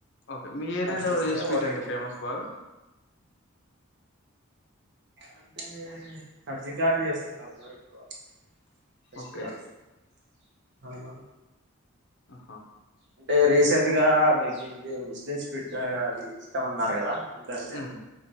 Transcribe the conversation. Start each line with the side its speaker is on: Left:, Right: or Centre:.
Left: ఓకే మీ
Right: ఇంక
Left: ఏరియాలో
Right: చేస్తే
Left: ఏ స్వీట్
Right: ఓలిగి
Left: అంటే
Right: తింటా
Left: ఫేమస్ బాగా
Right: అంటే కజ్జికాయలు చేస్తుంటారు బ్రో ఎక్కువ ఫెస్టివల్స్కి
Left: ఓకే
Right: ఆ
Left: ఆహా
Right: అంటే రీసెంట్ గా మీకు ఇది ముస్లిమ్స్ ఫిడ్ గా అది ఇష్టమన్నారు కదా ఫుడ్డంటే
Left: ఉమ్.